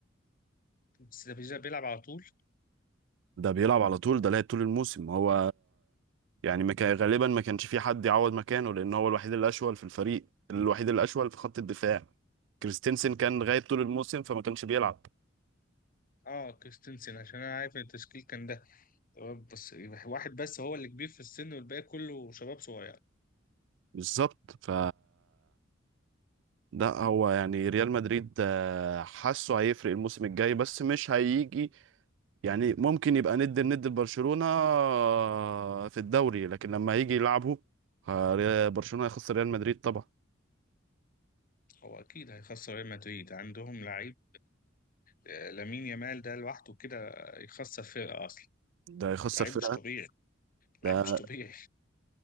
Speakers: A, on the left; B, on the right.
A: بس ده بيلعب على طول
B: ده بيلعب على طول ده لعب طول الموسم هو يعني ما كان غالبا ما كانش في حد يعوض مكانه لان هو الوحيد الاشول في الفريق الوحيد الاشول في خط الدفاع كريستنسن كان غايب طول الموسم فما كانش بيلعب
A: اه كريستنسن عشان انا عارف ان التشكيل كان ده تمام بس واحد بس هو اللي كبير في السن والباقي كله شباب صغير
B: بالظبط ف ده هو يعني ريال مدريد آه، حاسه هيفرق الموسم الجاي بس مش هيجي يعني ممكن يبقى ند الند لبرشلونة آه، في الدوري لكن لما هيجي يلعبه آه، ري- برشلونة هيخسر ريال مدريد طبعا
A: هو اكيد هيخسر ريال مدريد عندهم لعيب آه، لامين يامال ده لوحده كده يخسر فرقه اصلا
B: ده هيخسر
A: لعيب
B: فرقة
A: مش طبيعي
B: ده
A: لعيب مش طبيعي